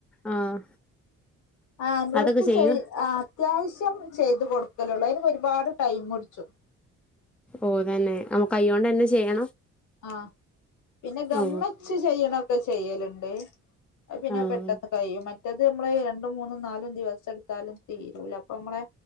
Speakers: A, in the centre; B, on the left.
A: ആഹ്
B: ഹാൻഡ് വർക്ക്
A: അതൊക്കെ ചെയ്യും
B: ചെയ് ആഹ് അത്യാവശ്യം ചെയ്ത് കൊടുക്കലുള്ളൂ അതിന് ഒരുപാട് ടൈം പുടിച്ചും
A: ഓഹ് തന്നെ നമ്മുക്ക് കയ്യോണ്ടന്നെ ചെയ്യണം
B: ആഹ് പിന്നെ ഗമ്മച്ച്
A: ഓ
B: ചെയ്യണൊക്കെ ചെയ്യലുണ്ട് അത് പിന്നെ
A: ആഹ്
B: പെട്ടെന്ന് കഴിയും മ മറ്റേത് നമ്മള് രണ്ടും മൂന്നും നാലും ദിവസം എടുത്താലും തീരൂല അപ്പൊ ഞമ്മളെ